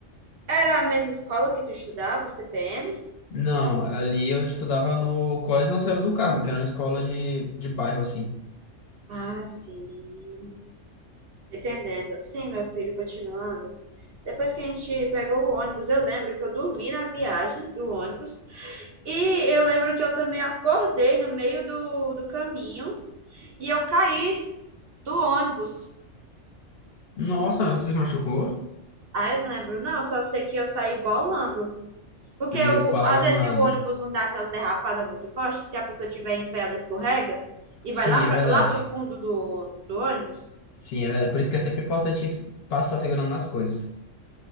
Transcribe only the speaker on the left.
Não, ali eu estudava no Colégio Nossa Senhora do Carmo, que era uma escola de, de bairro, assim.
Nossa, você se machucou?
Meu
pai
amado.
Sim,
é verdade.
Sim, é verdade. Por isso que é sempre importante s- passar segurando nas coisas.